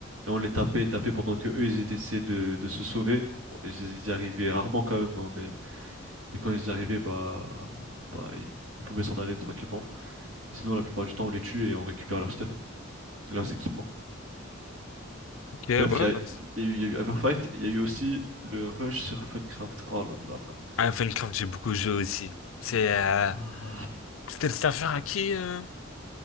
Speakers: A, on the right; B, on the left.
A: et on les tapait, tapait pendant que eux, ils étaient essayés de, de se sauver. Bon, ils, ils y arrivaient rarement quand même, hein, mais, mais quand ils y arrivaient, bah, bah ils, ils pouvaient s'en aller tranquillement. Sinon, la plupart du temps, on les tue et on récupère leur stuff, leurs équipements.
B: Ok, ouais,
A: Bref, il y a,
B: bah, c'est-
A: il y a eu, il y a eu Everfight, il y a eu aussi le rush sur Funcraft. Oh là là
B: Ah, Minecraft, j'ai beaucoup joué aussi. C'est, euh,
A: là.
B: C'était le serveur à qui? Euh...